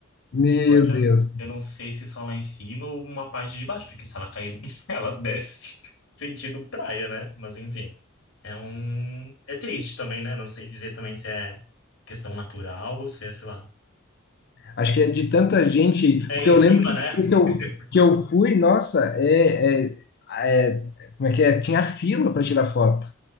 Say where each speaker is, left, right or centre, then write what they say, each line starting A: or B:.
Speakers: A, on the left; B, on the left.
A: Meu
B: Agora,
A: Deus.
B: eu não sei se só lá em cima ou uma parte de baixo, porque se ela cair, <laughs> ela desce sentido praia, né? Mas enfim, é um... É triste também, né? Não sei dizer também se é questão natural ou se é, sei lá...
A: Acho que é de tanta gente,
B: É
A: porque
B: em
A: eu
B: cima,
A: lembro
B: né?
A: que eu,
B: <laughs>
A: que eu fui, nossa, é, é- é- como é que é? Tinha fila para tirar foto.